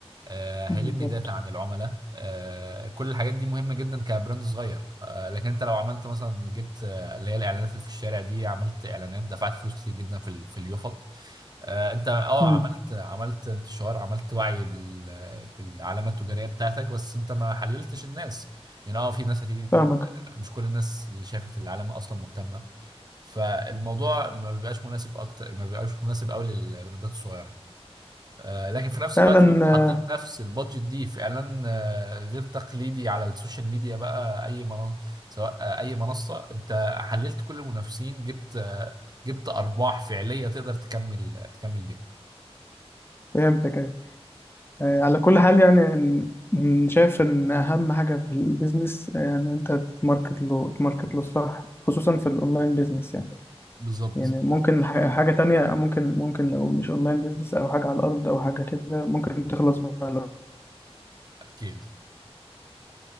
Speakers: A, on the right; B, on the left.
A: آه، هيلم
B: بالظبط
A: داتا عن العملاء آه، كل الحاجات دي مهمه جدا كبراند صغير آه، لكن انت لو عملت مثلا جبت آه، اللي هي الاعلانات اللي في الشارع دي عملت اعلانات دفعت فلوس كتير جدا في ال- في اليوفط آه، انت اه
B: مم.
A: عملت عملت انتشار عملت وعي بال... بالعلامة التجارية بتاعتك بس انت ما حللتش الناس يعني اه في ناس هتيجي
B: فاهمك
A: مش كل الناس اللي شافت العلامة اصلا مهتمة فالموضوع ما بيبقاش مناسب اكتر ما بيبقاش مناسب قوي للبراندات الصغيرة آه، لكن في نفس
B: فعلا
A: الوقت لو انت
B: آه،
A: حطيت نفس البادجت دي في اعلان آه، غير تقليدي على السوشيال ميديا بقى اي منصة سواء آه، اي منصة انت حللت كل المنافسين جبت آه، جبت ارباح فعلية تقدر تكمل تكمل بيها
B: فهمتك أيوة. آه، على كل حال يعني إن- إن شايف إن أهم حاجة في البيزنس آه، يعني أنت تماركت له تماركت له صح خصوصا في الأونلاين بيزنس يعني
A: بالظبط
B: يعني ممكن
A: بالظبط
B: ح- حاجة تانية ممكن ممكن لو مش أونلاين بيزنس أو حاجة على الأرض أو حاجة كده ممكن تخلص بالأفكار
A: اكيد